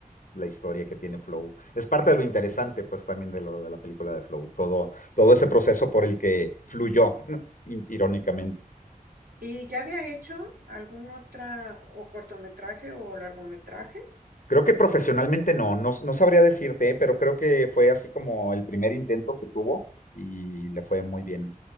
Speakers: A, on the left; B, on the right.
A: la historia que tiene Flow. Es parte de lo interesante, pues, también de, lo, de la película de Flow, todo, todo ese proceso por el que fluyó, <laughs> irónicamente.
B: ¿Y ya había hecho algún otra o cortometraje o largometraje?
A: Creo que profesionalmente no, no, no sabría decirte, ¿eh? pero creo que fue así como el primer intento que tuvo y le fue muy bien.